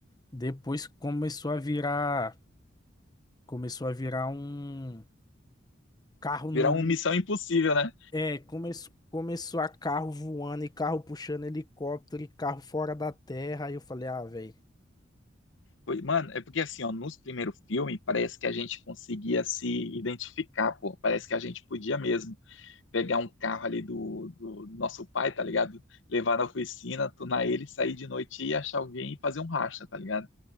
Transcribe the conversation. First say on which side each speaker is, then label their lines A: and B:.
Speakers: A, on the left; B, on the left.
A: Depois começou a virar, começou a virar um carro no,
B: Virar uma missão impossível, né?
A: é, começou Começou a carro voando e carro puxando helicóptero e carro fora da terra. Aí eu falei, ah, velho.
B: Foi- Mano, é porque assim, ó, nos primeiros filmes parece que a gente conseguia se identificar, pô. Parece que a gente podia mesmo pegar um carro ali do, do nosso pai, tá ligado? Levar na oficina, tunar ele, sair de noite e achar alguém e fazer um racha, tá ligado?